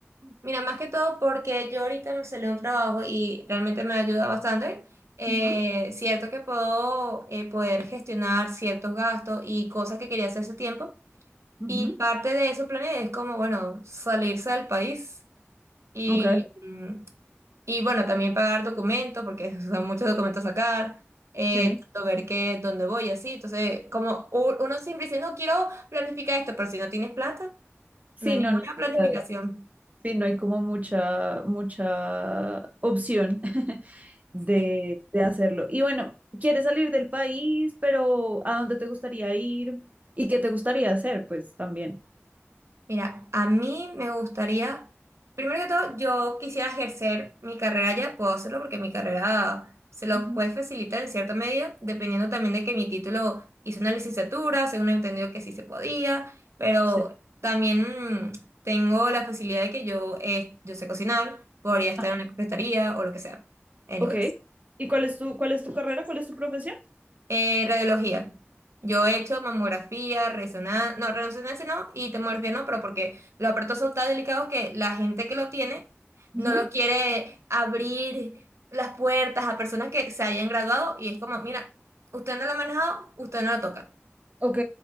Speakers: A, on the right; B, on the right.
A: Mira, más que todo porque yo ahorita me salió un trabajo y realmente me ayuda bastante. Eh,
B: Ujú,
A: cierto que puedo eh, poder gestionar ciertos gastos y cosas que quería hacer hace tiempo.
B: ujú,
A: Y parte de eso planeé es como, bueno, salirse del país. Y,
B: Ok,
A: mm, Y bueno, también pagar documentos, porque <laughs> son muchos documentos a sacar, eh,
B: sí.
A: tanto ver qué, dónde voy, así. Entonces, como u- uno siempre dice, no quiero planificar esto, pero si no tienes plata,
B: Sí,
A: no hay ninguna
B: no, no,
A: planificación.
B: eh, sí, no hay como mucha, mucha opción <laughs> de,
A: Sí.
B: de hacerlo. Y bueno, ¿quieres salir del país, pero a dónde te gustaría ir? ¿Y qué te gustaría hacer? Pues también.
A: Mira, a mí me gustaría, primero que todo, yo quisiera ejercer mi carrera ya, puedo hacerlo porque mi carrera se lo
B: Ujú,
A: puede facilitar en cierta medida, dependiendo también de que mi título hice una licenciatura, según he entendido que sí se podía, pero
B: Sí.
A: también mm, tengo la facilidad de que yo, eh, yo sé cocinar, podría estar
B: Ah,
A: en una cafetería o lo que sea. Anyways.
B: ok. ¿Y cuál es tu, cuál es tu carrera? ¿Cuál es tu profesión?
A: Eh, radiología. Yo he hecho mamografía, resonancia, no, resonancia no, y tomografía no, pero porque los aparatos son tan delicados que la gente que lo tiene
B: Ujú,
A: no los quiere abrir las puertas a personas que se hayan graduado y es como, mira, usted no lo ha manejado, usted no lo toca.
B: Ok,